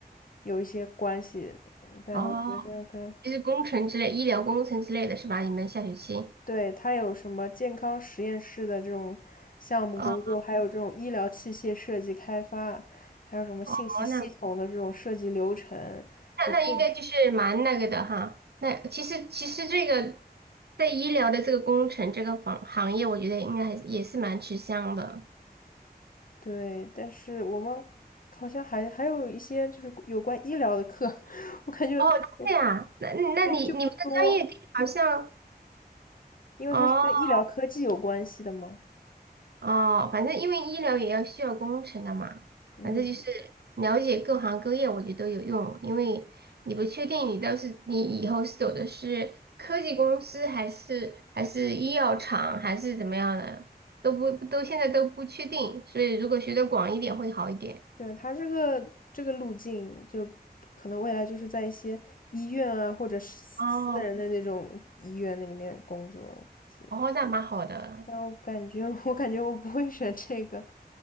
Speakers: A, on the left; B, on the right.
A: 有一些关系，嗯但我觉得可能
B: 哦。就是工程之类、医疗工程之类的是吧？你们下学期，
A: 对，它有什么健康实验室的这种项目工作，
B: 哦
A: 还有这种医疗器械设计开发，还有什么信息系统的这种设计流程，
B: 哦，那那那应该就是蛮那个的哈。
A: 就这，
B: 那其实其实这个在医疗的这个工程这个行行业，我觉得应该还是也是蛮吃香的。
A: 对。但是我们好像还还有一些就是有关医疗的课，<laughs> 我感觉我
B: 哦，这样，那那你你们的专业好像
A: 就就不多，因为它是跟医疗科技有关系的嘛。
B: 哦。哦，反正因为医疗也要需要工程的嘛，
A: 嗯
B: 反正就是了解各行各业，我觉得都有用。因为你不确定你到是你以后是走的是科技公司，还是还是医药厂，还是怎么样的，都不都现在都不确定。所以如果学的广一点会好一点。
A: 对，它这个这个路径，就可能未来就是在一些医院啊，或者是私人的那种医院那里面工作，
B: 哦，
A: 我估计
B: 哦，那蛮好的。
A: 但我感觉，<laughs> 我感觉我不会选这个，